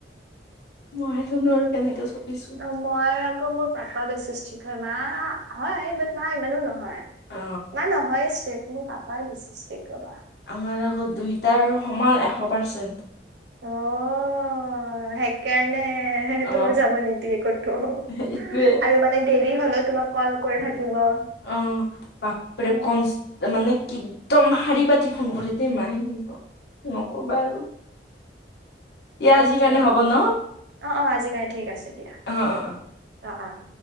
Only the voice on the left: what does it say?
মইহে জানোঁ আৰু কেনেকে চলিছোঁ।
অ
আমাৰ আকৌ দুইটাৰ আৰু সমান, এশ পাৰ্চেণ্ট।
অ
সেইটোৱে
অ'। বাপৰে
কম ষ্টী মানে একদম শাৰী পাতি ফোন কৰে দে মায়ে। নক'বা আৰু। দিয়া
আজিৰ কাৰণে হ'ব ন
অ অ অ